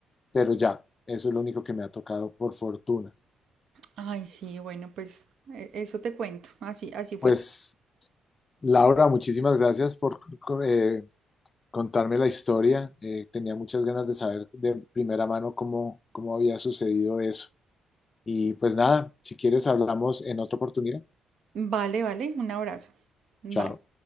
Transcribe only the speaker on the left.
pero ya, eso es lo único que me ha tocado por fortuna.
Pues, Laura, muchísimas gracias por eh, contarme la historia. Eh, tenía muchas ganas de saber de primera mano cómo, cómo había sucedido eso. Y pues nada, si quieres hablamos en otra oportunidad.
Chao.